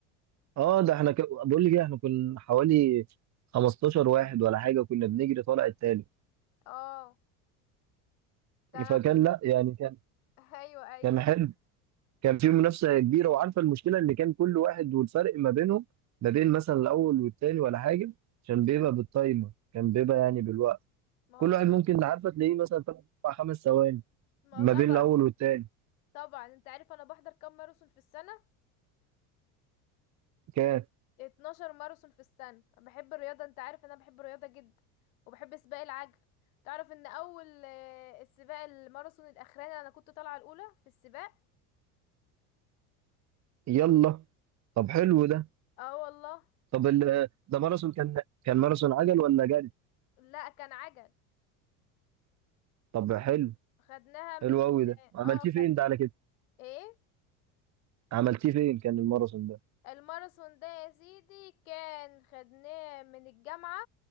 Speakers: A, on the right; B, on the left.
A: اه ده احنا ك... بقول لك ايه احنا كنا حوالي 15 واحد ولا حاجه كنا بنجري طالع التالت
B: اه ده انا
A: فكان
B: بص
A: لا يعني كان
B: <laughs> ايوه ايوه
A: كان حلو كان في منافسه كبيره وعارفه المشكله ان كان كل واحد والفرق ما بينهم ما بين مثلا الاول والتاني ولا حاجه عشان بيبقى بالتايمر كان بيبقى يعني بالوقت
B: ما
A: كل
B: هو
A: واحد ممكن عارفه تلاقيه مثلا 3 4 5 ثواني
B: ما
A: ما
B: هو طبعا
A: بين الاول والتاني
B: طبعا انت عارف انا بحضر كام ماراثون في السنه
A: كان
B: 12 ماراثون في السنه بحب الرياضه انت عارف ان انا بحب الرياضه جدا وبحب سباق العجل تعرف ان اول آه، السباق الماراثون الاخراني انا كنت طالعه الاولى في السباق
A: يلا طب حلو ده
B: اه والله
A: طب ال... ده ماراثون كان كان ماراثون عجل ولا جري
B: لا كان عجل
A: طب حلو
B: خدناها من
A: حلو قوي ده عملتيه
B: اه خد...
A: فين ده على كده
B: ايه
A: عملتيه فين كان الماراثون ده
B: الماراثون ده يا سيدي كان خدناه من الجامعة